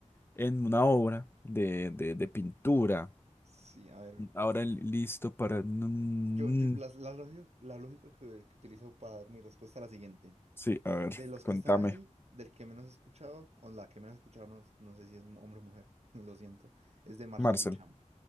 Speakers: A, on the left; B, on the right.
A: en una obra de, de, de pintura.
B: Sí, a ver.
A: Ahora li- listo para... mm,
B: Yo, yo- las- la, lógica, la lógica que, que utilizo para dar mi respuesta es la siguiente.
A: Sí, a ver,
B: De los
A: contame.
B: que están ahí, del que menos he escuchado, o la que menos he escuchado, no, no sé si es hombre o mujer, <laughs> lo siento, es de Marcel
A: Marcel,
B: Duchamp.